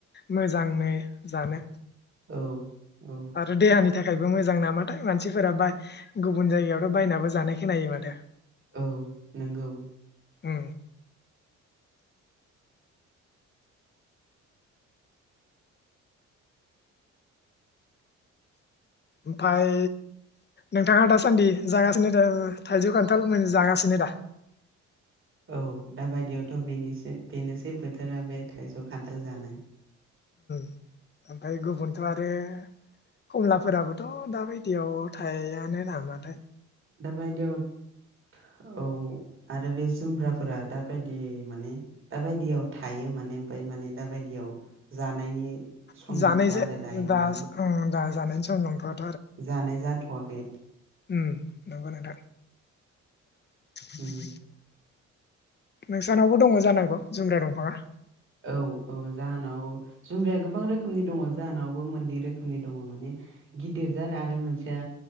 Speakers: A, on the left (about 35°); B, on the right (about 45°).
A: मोजांनो जानो।
B: औ। औ
A: आरो देहानि था खायबो मोजां नामाथाय, मानसिफोरा बा गुबुन जायगायावथ' बायनाबो जानाय खोनायो माथो।
B: औ नोंगौ
A: उ <inaudible> ओमफाय नोंथाङा दासान्दि जागासिनो दा थाइजौ खान्थाल जागासिनो दा?
B: औ दाबायदियावथ' बेनेसे बेनोसै बोथोरा बे थाइजौ खान्थाल जानाय।
A: ओमफ्राय गुबुन थ' आरो खमलाफोराबोथ' दा बायदियाव थायानो नामाथाय?
B: दाबायदियाव औ आरो बे जुमब्राफोरा दाबायदि माने दाबायदियाव थायो माने ओमफ्राय माने दाबायदियाव जानायनि सम
A: <unintelligible>
B: नंथ'आ
A: दास
B: आरो दायो माने
A: उम दास जानायनि सम नंथ'या दा।
B: जानाय जाथ'वाखै।
A: उम नंगौ नोंथां। <inaudible>
B: उम
A: नोंसानावबो दङ जानांगौ जुमब्रा दंफाङा?
B: औ औ जाहानाव जुम्ब्राया गोबां रोखोमनि दङ जाहानावबो मोननै रोखोमनि दङ माने गिदिर जार आरो मोनसेया